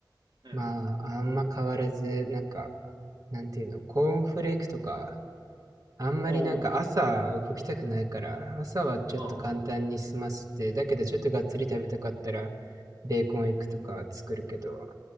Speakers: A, on the right (about 80°); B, on the right (about 50°).
A: うん。
B: まあ、あんま変わらず、なんか、なんていうの、コーンフレークとか、あんまりなんか朝動きたくないから、
A: おお、
B: 朝はちょっと簡単に済ませて、
A: うん。
B: だけどちょっとがっつり食べたかったら、ベーコンエッグとか作るけど、